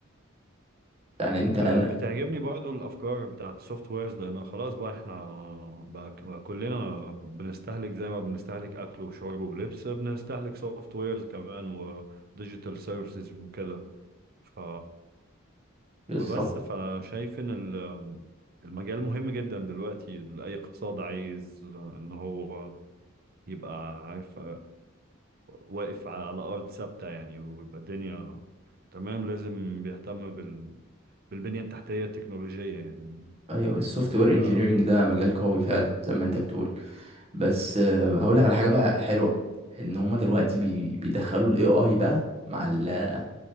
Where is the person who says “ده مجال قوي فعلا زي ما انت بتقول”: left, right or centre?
Right